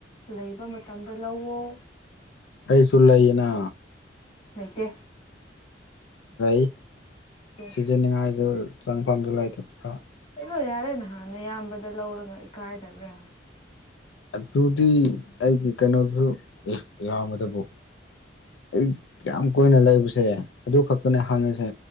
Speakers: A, on the left (about 40°); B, on the left (about 80°).
A: ꯂꯩꯕ ꯃꯇꯝꯗ ꯂꯧꯑꯣ
B: ꯑꯩꯁꯨꯂꯏꯅꯥ
A: ꯂꯩꯇꯦ
B: ꯏ
A: ꯂꯩꯇꯦ
B: ꯁꯤꯖꯤꯅꯤꯡꯉꯥꯏꯁꯨ ꯍꯛꯥꯡ ꯐꯥꯝꯗ ꯂꯩꯇꯕꯗ
A: ꯆꯜꯂꯣ ꯌꯥꯔꯦ ꯅꯍꯥꯟꯅ ꯏꯌꯥꯝꯕꯗ ꯂꯧꯔꯒ ꯏꯀꯥꯏꯗꯕ꯭ꯔꯥ
B: ꯑꯗꯨꯗꯤ ꯑꯩꯒꯤ ꯀꯩꯅꯣꯗꯨꯁꯨ ꯌꯥꯝꯕꯗꯕꯨ ꯑꯩ ꯌꯥꯝ ꯀꯨꯏꯅ ꯂꯩꯕꯁꯦ ꯑꯗꯨ ꯈꯛꯇꯅꯦ ꯍꯪꯉꯁꯦ